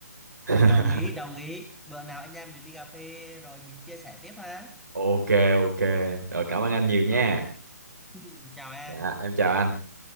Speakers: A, on the right (about 85°); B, in the centre.
A: <laughs>
B: đồng ý đồng ý bữa nào anh em mình đi cà phê rồi mình chia sẻ tiếp ha
A: ok ok rồi cảm ơn anh nhiều nha
B: rồi ừ, chào em
A: dạ em chào anh